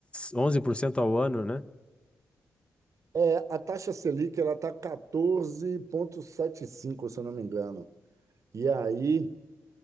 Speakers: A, on the left (about 15°); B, on the right (about 55°).
A: 11% ao ano, né?
B: é, a taxa Selic, ela está quatorze vírgula setenta e cinco se eu não me engano. E aí.